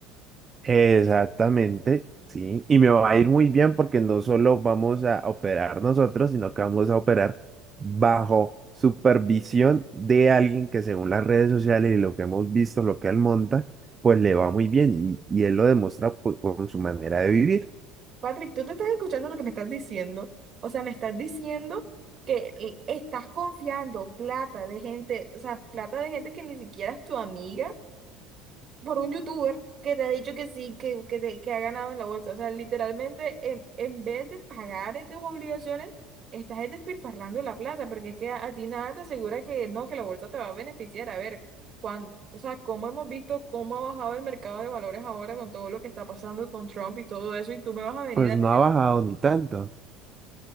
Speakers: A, on the right; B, on the right.
A: Exactamente, sí. Y me va a ir muy bien porque no solo vamos a operar nosotros, sino que vamos a operar bajo supervisión de alguien que según las redes sociales y lo que hemos visto, lo que él monta, pues le va muy bien y, y él lo demuestra pues, con su manera de vivir.
B: Patrick, tú te estás escuchando lo que me estás diciendo. O sea, me estás diciendo que l- estás confiando plata de gente, o sea, plata de gente que ni siquiera es tu amiga, por un youtuber que te ha dicho que sí, que, que, te- que ha ganado en la bolsa. O sea, literalmente, en, en vez de pagar tus obligaciones, estás es despilfarrando la plata, porque es que a, a ti nada te asegura que no, que la bolsa te va a beneficiar. A ver, cuánto, o sea, cómo hemos visto cómo ha bajado el mercado de valores ahora con todo lo que está pasando con Trump y todo eso, y tú me vas a venir
A: Pues
B: a,
A: no ha bajado ni tanto.